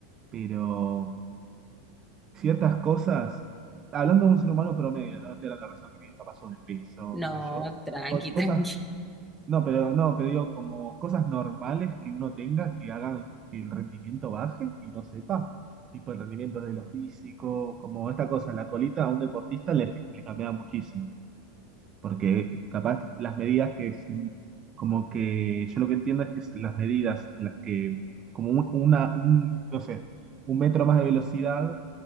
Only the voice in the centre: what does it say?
No,
tranqui,
<laughs> tranqui.